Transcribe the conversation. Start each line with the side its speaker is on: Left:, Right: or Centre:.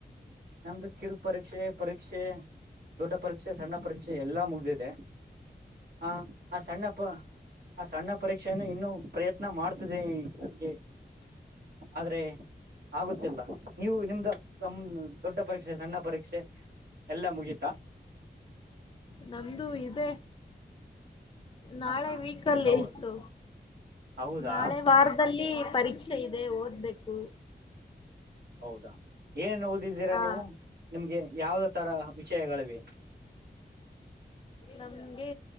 Right: ನಮ್ದು ಕಿರು ಪರೀಕ್ಷೆ ಪರೀಕ್ಷೆ ದೊಡ್ಡ ಪರೀಕ್ಷೆ ಸಣ್ಣ ಪರೀಕ್ಷೆ ಎಲ್ಲಾ ಮುಗ್ದಿದೆ. ಹಾ. ಆ ಸಣ್ಣ ಪ ಆ ಸಣ್ಣ ಪರೀಕ್ಷೆಯನ್ನು ಇನ್ನು ಪ್ರಯತ್ನ ಮಾಡ್ತಿದೆ ನಮ್ಗೆ. ಆದ್ರೆ ಆಗುತ್ತಿಲ್ಲ ನೀವು ನಿಮ್ದ ಸಂ ದೊಡ್ಡ ಪರೀಕ್ಷೆ ಸಣ್ಣ ಪರೀಕ್ಷೆ ಎಲ್ಲ ಮುಗೀತಾ.
Left: ನಮ್ದು ಇದೆ. ನಾಳೆ
Right: ಹ ಹಾ
Left: ವೀಕಲ್ಲಿ
Right: ಹೌದು
Left: ಇತ್ತು
Right: ಹೌದಾ
Left: ನಾಳೆ ವಾರದ. ದಲ್ಲಿ ಪರೀಕ್ಷೆ ಇದೆ ಓದ್ಬೇಕು.
Right: ಹೌದಾ ಏನೇನು ಓದಿದ್ದೀರಾ
Left: ಆ
Right: ನೀವು ನಿಮ್ಗೆ ಯಾವ್ದತರ ವಿಷಯಗಳಿವೆ.
Left: ನಮ್ಗೆ